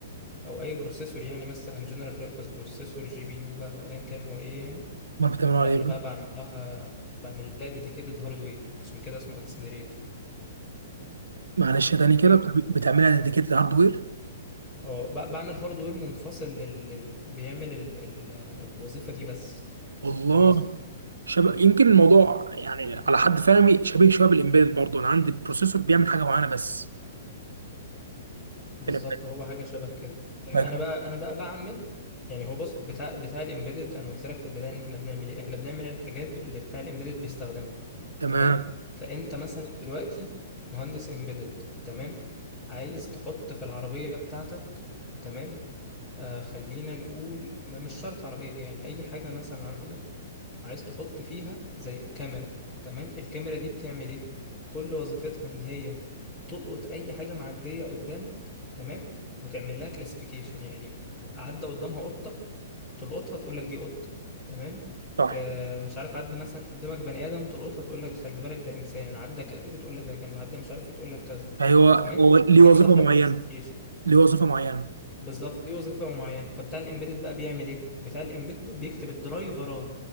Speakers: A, on the left; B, on the right.
A: او اي بروسيسور يعني مثلا جنرال بيربز بروسيسور جي بي يو بقى او ايا كان هو ايه يعني
B: امال بتعملها
A: لا
B: على ايه
A: انا بقى
B: بقى
A: بعمل لها بعمل لها ديديكيتد هاردوير عشان كده اسمه اكسلريتور
B: معلش تاني كده
A: فاهم
B: بت- بتعملها ديديكيتد هاردوير
A: اه ب- بعمل هاردوير منفصل لل... لل- بيعمل ال... ال... الوظيفة دي بس
B: والله
A: فاهم قصدي
B: شبه يمكن الموضوع يعني على حد فهمي شبيه شويه بالامبيد برضه انا عندي بروسيسور بيعمل حاجه معينه بس
A: بالظبط
B: في الامبيد
A: هو حاجة شبه كده فاهم
B: لكن
A: انا بقى انا بقى بعمل يعني هو بص بتاع بتاع الامبيدد انا قلت لك في البداية ان احنا بنعمل ايه احنا بنعمل الحاجات اللي بتاع الامبيدد بيستخدمها
B: تمام
A: تمام فانت مثلا دلوقتي مهندس امبيدد تمام عايز تحط في العربية بتاعتك تمام آه خلينا نقول م- مش شرط عربية يعني اي حاجة مثلا عندك عايز تحط فيها زي كاميرا تمام الكاميرا دي بتعمل ايه كل وظيفتها ان هي تلقط اي حاجة معدية قدامك تمام وتعمل لها كلاسيفيكيشن يعني عدى قدامها قطة تلقطها تقول لك دي قطة تمام
B: صح
A: ت... مش عارف عدى مثلا قدامك بني آدم تلقطها تقول لك خلي بالك ده إنسان عدى كلب تقول لك ده كلب عدى مش عارف إيه تقول لك كذا
B: ايوه
A: تمام
B: هو ليه
A: ده
B: وظيفه
A: كده حوار
B: معينه
A: كلاسيفيكيشن
B: ليه وظيفه معينه
A: بالظبط ليه وظيفة معينة فبتاع الإمبيدد بقى بيعمل إيه بتاع الإمبيدد بيكتب الدرايفرات